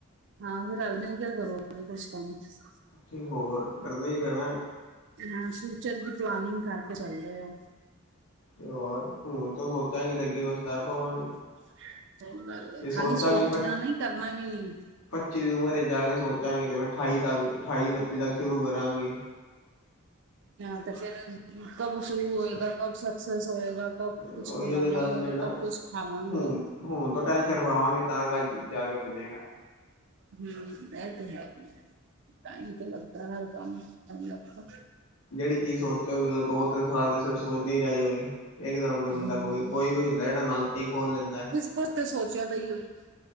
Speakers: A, on the right; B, on the left.
A: ਹਾਂ, ਓਹੀ ਰਲ਼-ਮਿਲ਼ ਕੇ ਕਰੋ <unintelligible> ਕੁਛ ਕੰਮਸ
B: ਤੇ ਹੋਰ ਕਰਨਾ ਈ ਪੈਣਾ।
A: ਹਾਂ, ਫਿਊਚਰ ਦੀ ਪਲਾਨਿੰਗ ਕਰਕੇ ਚੱਲ ਰੇ ਓ।
B: ਤੇ ਹੋਰ, ਹੁਣ ਤੋਂ ਸੋਚਾਂਗੇ ਤੇ ਅੱਗੇ ਕੁਛ ਕਰ ਪਾਵਾਂਗੇ।
A: <inaudible>
B: ਜੇ ਸੋਚਾਂਗੇ
A: ਖਾਲੀ ਸੋਚਣਾ ਨੀ ਕਰਨਾ ਵੀ ਨੀ।
B: ਪੰਚੀ ਦੀ ਉਮਰ ਵਿਚ ਜਾ ਕੇ ਸੋਚਾਂਗੇ ਤੇ ਫੇਰ ਅਠਾਈ ਤੱਕ ਅਠਾਈ ਉਨੱਤੀ ਤੱਕ ਸ਼ੁਰੂ ਕਰਾਂਗੇ‌।
A: ਹਾਂ ਤੇ ਫੇਰ ਕਬ ਸ਼ੁਰੂ ਹੋਏਗਾ ਕਬ ਸਕਸੈਸ ਹੋਏਗਾ। ਕਬ
B: ਉਹੀ
A: ਕੁਛ ਕਮਾਵਾਂਗੇ
B: ਉਹਦੇ ਗੱਲ ਲੈਣਾ
A: ਤੇ ਕਬ ਕੁਛ ਖਾਵਾਂਗੇ।
B: ਹੁਣ ਹੁਣ ਤੋਂ ਟੈਨਸ਼ਨ ਪਾਵਾਂਗੇ ਤਾਂ <inaudible> ਜਾ ਕੇ ਬੰਨੇਗਾ।
A: ਹੂੰ ਐ ਤਾਂ ਹੈ ਹੀ ਐ, ਟਾਈਮ ਤੇ ਲੱਗਦਾ ਹਰ ਕੰਮ ਨੂੰ ਟਾਈਮ ਲੱਗਦਾ।
B: ਜਿਹੜੀ ਚੀਜ਼ ਸੋਚੋਗੇ ਉਹ ਦੋ ਤਿੰਨ ਸਾਲ ਦੇ ਸਿਰਫ਼ ਸੋਚਦੇ ਹੀ ਰਹਿ ਜਾਓਗੇ। ਇਕ ਤਾਂ ਹੁੰਦਾ ਦਾ ਬੰਦਾ
A: ਹਮ
B: ਕੋਈ ਕੋਈ ਕੋਈ ਹੁੰਦਾ ਜਿਹੜਾ <inaudible> ਖੋਲ ਲੈਂਦਾ।
A: ਕੁਛ ਤੇ ਸੋਚਿਆਂ ਦਾ ਹੀ ਹੋਏਗਾ,